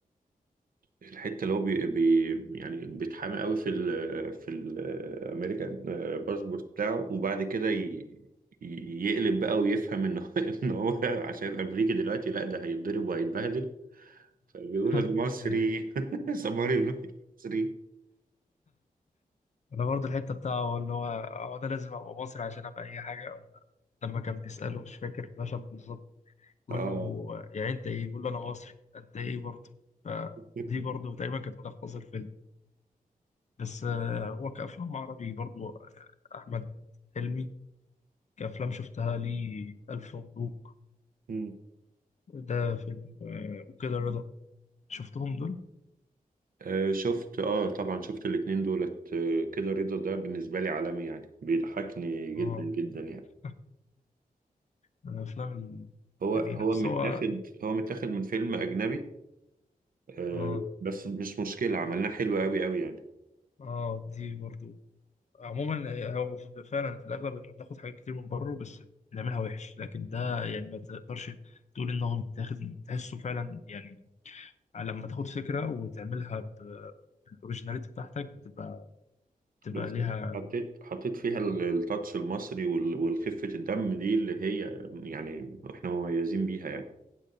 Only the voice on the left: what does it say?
<laughs>
ايوه
انا برضه الحته بتاعه اللي هو هو انا لازم ابقى مصري عشان ابقى اي حاجه لما كان بيساله مش فاكر المشهد بالظبط بقول
له يعني انت ايه بقول له انا مصري انت ايه برضه فدي
برضه تقريبا كانت ملخص الفيلم بس آه، هو كأفلام عربي برضه آه، أحمد حلمي كأفلام شفتها ليه ألف مبروك
ده فيلم آه، وكده رضا شفتهم دول؟
اه
<laughs> من الأفلام
الجميلة
بس
هو
اه
اه دي برضه عموما هو فعلا في الاغلب احنا بناخد حاجات كتير من بره بس بنعملها وحش لكن ده يعني ما تقدرش تقول ان هو متاخد تحسه فعلا يعني لما تاخد فكره وتعملها ب- بالاوريجيناليتي بتاعتك بتبقى بتبقى
ليها